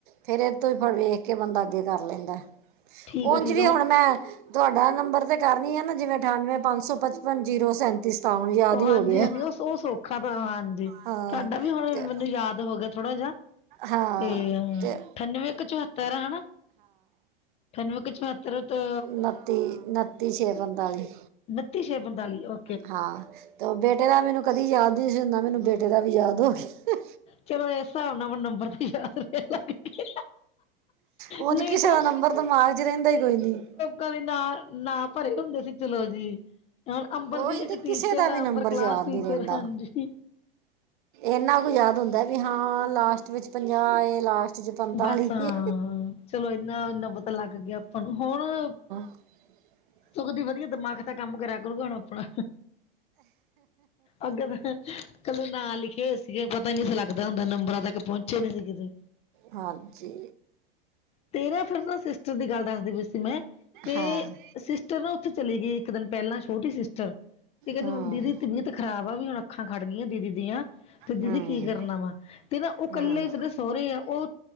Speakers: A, on the right (about 60°); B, on the left (about 20°).
A: ਫੇਰ ਇਹ ਤੋਂ ਹੀ ਫੇਰ ਵੇਖ ਕੇ ਬੰਦਾ ਅੱਗੇ ਕਰ ਲੈਂਦਾ
B: ਠੀਕ
A: ਉਝ
B: ਆ, ਠੀਕ
A: ਵੀ
B: ਆ
A: ਹੁਣ ਮੈਂ- ਤੁਹਾਡਾ ਨੰਬਰ ਤੇ ਕਰਨੀ ਹੈ ਨਾ ਜਿਵੇਂ ਅਠਾਨਵੇਂ ਪੰਜ ਸੌ ਪਚਪਨ ਜੀਰੋ ਸੈਂਤੀ ਸਤਾਵਨ। ਯਾਦ
B: ਉਹ
A: ਹੀ
B: ਹਾਂਜੀ-
A: ਹੋ ਗਿਆ
B: ਹਾਂਜੀ ਉਹ ਸ ਸੌਖਾ ਤਾਂ ਹਾਂਜੀ
A: ਹਾਂ
B: ਤੁਹਾਡਾ ਵੀ ਹੁਣ
A: ਤੇ
B: ਮੈਨੂੰ ਯਾਦ ਹੋ ਗਿਆ ਥੋੜਾ ਜਿਹਾ।
A: ਹਾਂ
B: ਤੇ
A: ਤੇ
B: ਅਠਾਨਵੇਂ ਇੱਕ ਚੁਹੱਤਰ, ਹੈਨਾ। ਅਠਾਨਵੇਂ ਕ ਚੋਹਤਰ ਤਾਂ।
A: ਉੱਨਤੀ, ਉੱਨਤੀ ਛੇ ਪੰਤਾਲੀ।
B: ਬਤੀ ਛੇ ਪੰਤਾਲੀ ਆ।
A: ਹਾਂ ਤੇ ਬੇਟੇ ਦਾ ਮੈਨੂੰ ਕਦੀ ਯਾਦ ਨਈ ਸੀ ਹੁੰਦਾ, ਮੈਨੂੰ ਬੇਟੇ ਦਾ ਵੀ ਯਾਦ ਹੋ ਗਿਆ।
B: ਚਲੋ ਇਸ ਹਿਸਾਬ ਨਾਲ ਆਪਾਂ ਨੂੰ ਨੰਬਰ ਵੀ ਯਾਦ ਰਹਿਣ ਲੱਗ ਗਏ।
A: ਉਂਝ
B: ਨਹੀਂ
A: ਕਿਸੇ
B: ਤਾਂ
A: ਦਾ ਨੰਬਰ ਦਿਮਾਗ ਚ ਰਹਿੰਦਾ ਈ ਕੋਈ ਨੀ।
B: ਕਦੀ ਨਾ, ਨਾ ਭਰੇ ਹੁੰਦੇ ਸੀ ਚਲੋ ਜੀ। ਹ ਅੰਬਰ
A: ਉਹੀ
B: ਦੀ ਇੱਕ
A: ਤੇ
B: ਟੀਚਰ
A: ਕਿਸੇ ਦਾ ਵੀ
B: ਆ
A: ਨੰਬਰ
B: ਅੰਬਰ ਕਲਾਸ
A: ਯਾਦ
B: ਟੀਚਰ
A: ਨਹੀਂ ਰਹਿੰਦਾ
B: ਹਾਂਜੀ।
A: ਇੰਨਾ ਕੁ ਯਾਦ ਹੁੰਦਾ ਵੀ ਹਾਂ ਲਾਸਟ ਵਿੱਚ ਪੰਜਾਹ ਐ ਲਾਸਟ, 'ਚ ਪੰਤਾਲੀ
B: ਬਸ ਹਾਂ
A: ਏ
B: ਚਲੋ ਇਨਾ- ਇਨਾ ਪਤਾ ਲੱਗ ਗਿਆ ਆਪਾਂ ਨੂੰ, ਹੁਣ-
A: <inaudible>
B: ਸਗੋਂ ਦੀ ਵਧੀਆ ਦਿਮਾਗ ਤਾਂ ਕੰਮ ਕਰਿਆ ਕਰੂਗਾ ਹੁਣ ਆਪਣਾ ਅੱਗੇ ਮੈਂ ਕੱਲ ਨਾਂ ਲਿਖੇ ਹੋਏ ਸੀਗੇ ਪਤਾ ਨੀ ਸੀ ਲੱਗਦਾ ਹੁੰਦਾ ਨੰਬਰਾਂ ਤੱਕ ਪਹੁੰਚੇ ਕਦੀ ਕਿਤੇ
A: ਹਾਂਜੀ
B: ਤੇਰਾ ਫਿਰਨਾ ਸਿਸਟਰ ਦੀ ਗੱਲ ਦੱਸਦੀ ਪਈ ਸੀ ਮੈਂ ਤੇ
A: ਹਾਂ
B: ਸਿਸਟਰ ਨਾ ਉੱਥੇ ਚਲੀ ਗਈ ਇੱਕ ਦਿਨ ਪਹਿਲਾਂ ਛੋਟੀ ਸਿਸਟਰ ਤੇ ਕਹਿੰਦੀ
A: ਹੂੰ
B: ਦੀਦੀ ਦੀ ਤੀਬੀਅਤ ਖ਼ਰਾਬ ਆ ਵੀ ਹੁਣ ਅੱਖਾਂ ਖੜ ਗਈਆਂ ਦੀਦੀ ਦੀਆਂ ਤੇ ਦੀਦੀ
A: ਹੂੰ
B: ਕੀ ਕਰਨਾ ਵਾ, ਤੇ ਨਾ ਉਹ ਇਕੱਲੇ
A: ਹੂੰ ਹੂੰ
B: ਰਿਸ ਸਹੁਰੇ ਆ ਉਹ